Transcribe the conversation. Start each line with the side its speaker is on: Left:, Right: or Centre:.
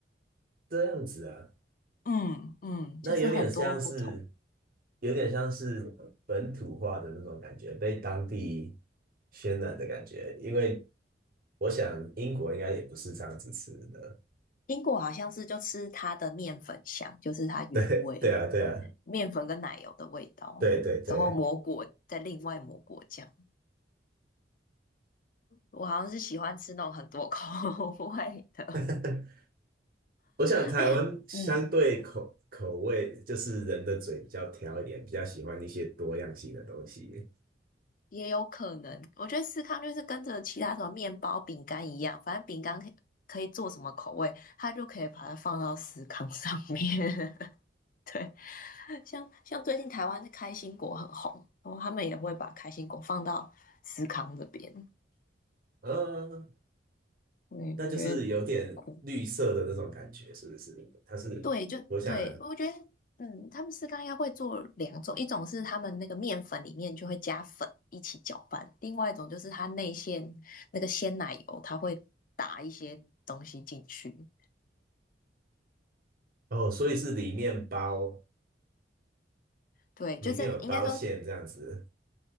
Right: 这样子啊，
Left: 嗯嗯，
Right: 那有点像是，
Left: 就是很多不同。
Right: 有点像是本土化的那种感觉，被当地渲染的感觉。因为我想英国应该也不是这样子吃的，
Left: 英国好像是就吃它的面粉香，就是它原味
Right: 对，对啊，对啊，
Left: 面粉跟奶油的味道，
Right: 对对对。
Left: 然后抹果再另外抹果酱。我好像是喜欢吃那种很多口 <laughs> 味的，
Right: <laughs> 我想台湾相对口口味，
Left: 而且嗯，
Right: 就是人的嘴比较挑一点，比较喜欢一些多样性的东西。
Left: 也有可能，我觉得司康就是跟着其他什么面包、饼干一样，反正饼干可以可以做什么口味，它就可以把它放到司康上面。对，<laughs> 像像最近台湾的开心果很红，然后他们也会把开心果放到思康这边。
Right: 嗯，
Left: 对，
Right: 那就是有点绿色的那种感觉，
Left: 我觉得酷。
Right: 是不是？它是，
Left: 对，就对，
Right: 我想，
Left: 我觉得嗯，他们司康应该会做两种，一种是他们那个面粉里面就会加粉一起搅拌，另外一种就是它内馅那个鲜奶油，它会打一些东西进去。
Right: 哦，所以是里面包，
Left: 对，
Right: 里面有包馅这样子，
Left: 就是应该说